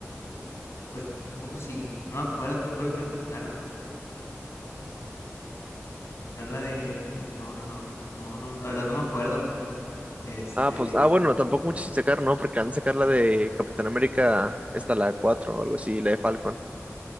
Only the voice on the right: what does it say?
Ah, pues, ah, bueno, tampoco mucho sin sacar, ¿no? Porque han de sacar la de Capitán América, esta, la 4 o algo así, la de Falcon.